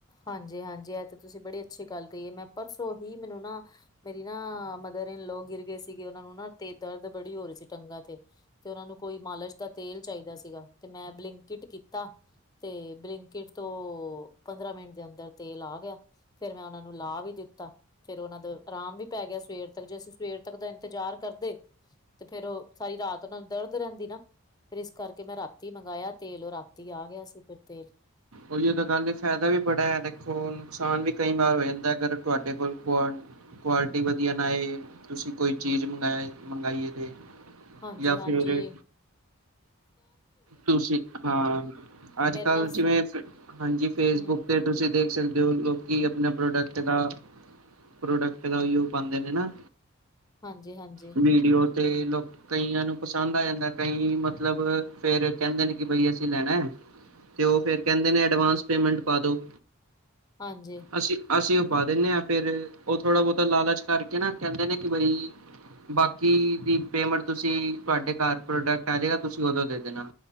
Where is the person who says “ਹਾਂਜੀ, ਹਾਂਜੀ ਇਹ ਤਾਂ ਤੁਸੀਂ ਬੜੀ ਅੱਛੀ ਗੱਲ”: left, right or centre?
Left